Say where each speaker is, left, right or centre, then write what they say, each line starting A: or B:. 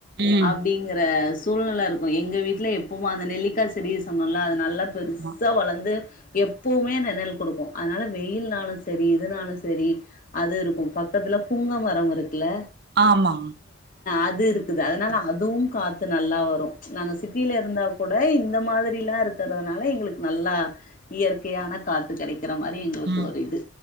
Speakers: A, on the right; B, on the left.
A: ம்
B: அப்டிங்கற சூழ்நில இருக்கும் எங்க வீட்டுல எப்பவுவ அந்த நெல்லிக்கா செடி சொன்னோல அது நல்லா பெருசா
A: ஆமா
B: வளந்து எப்பவுமே நெணல் கொடுக்கும் அதனால வெயில் னாலும் செரி இதுனாலும் செரி அது இருக்கும் பக்கத்துல புங்க மரம் இருக்குல்ல
A: ஆமா
B: அது இருக்குது அதனால அதுவும் காத்து நல்லா வரும் நாங்க சிட்டில இருந்தா கூட இந்த மாதிரிலா இருக்கிறதுனால எங்களுக்கு நல்லா இயற்கையான காத்து கெடைக்கிற மாதிரி எங்க
A: ம்
B: ஒரு இது